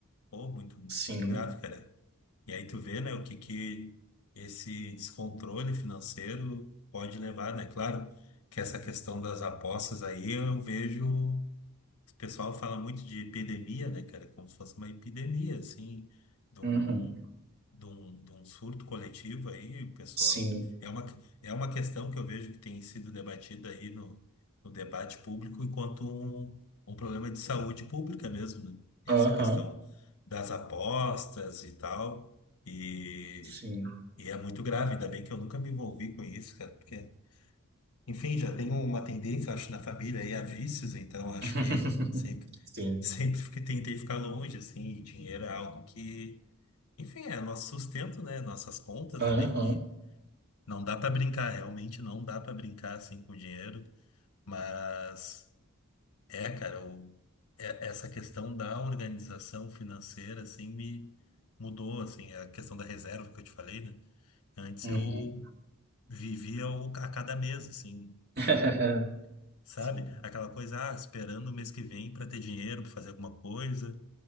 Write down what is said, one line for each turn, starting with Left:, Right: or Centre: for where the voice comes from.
Left: Pô, muito,
Right: Sim.
Left: muito grave, cara. E aí tu vê, né, o que que esse descontrole financeiro pode levar, né? Claro que essa questão das apostas aí eu vejo. O pessoal fala muito de epidemia, né, cara? Como se fosse uma epidemia, assim, de um,
Right: Uhum.
Left: de um, de um surto coletivo aí, o pessoal.
Right: Sim.
Left: É uma, é uma questão que eu vejo que tem sido debatida aí no, no debate público enquanto um, um problema de saúde pública mesmo, né? Essa
Right: Aham.
Left: questão das apostas e tal. E,
Right: Sim.
Left: e é muito grave, ainda bem que eu nunca me envolvi com isso, cara, porque enfim, já tenho uma tendência, acho, na família aí a vícios, então acho
Right: <laughs>
Left: que sempre, <laughs>
Right: Sim.
Left: sempre que tentei ficar longe, assim, e dinheiro é algo que, enfim, é nosso sustento, né? Nossas contas
Right: Aham.
Left: ali, e não dá pra brincar, realmente não dá pra brincar assim com dinheiro, mas é, cara, o, é- essa questão da organização financeira, assim, me mudou, assim, a questão da reserva que eu te falei, né? Antes
Right: Uhum.
Left: eu vivia o- a cada mês, assim.
Right: <laughs>
Left: Ah, Sabe?
Right: Sim.
Left: Aquela coisa, ah, esperando o mês que vem para ter dinheiro, para fazer alguma coisa.